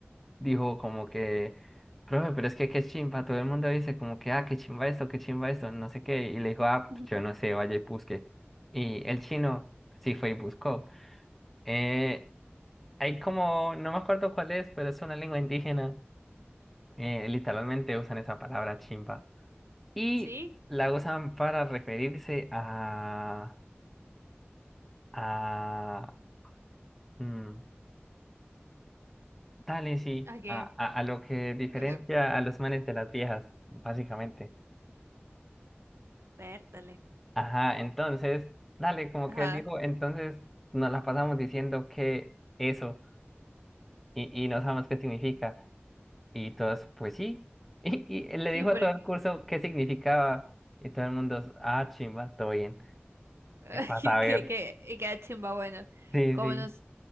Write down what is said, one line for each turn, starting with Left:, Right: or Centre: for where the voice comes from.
Centre: dijo como que, profe, pero es que qué chimba. Todo el mundo dice como que, ah, qué chimba esto, qué chimba esto, no sé qué. Y le dijo, ah,
Right: Ujú.
Centre: pues yo no sé, vaya y busque. Y el chino sí fue y buscó. Eh, Hay como, no me acuerdo cuál es, pero es una lengua indígena. Eh, literalmente usan esa palabra chimba. Y
Right: ¿Sí?
Centre: la usan para referirse a... a... mm, dale, sí,
Right: ¿A qué?
Centre: a, a, a lo que diferencia
Right: O sea,
Centre: a los manes de las viejas, básicamente.
Right: pértale.
Centre: Ajá, entonces, dale, como
Right: Ajá.
Centre: que él dijo, entonces nos la pasamos diciendo que eso y, y no sabemos qué significa. Y todos, pues sí. <laughs> Y, y le
Right: Sí,
Centre: dijo
Right: porque
Centre: a todo el curso qué significaba. Y todo el mundo, ah, chimba, todo bien.
Right: <laughs>
Centre: eh, Para
Right: que,
Centre: saber.
Right: que, que, y queda chimba, bueno.
Centre: Sí,
Right: Como
Centre: sí.
Right: nos.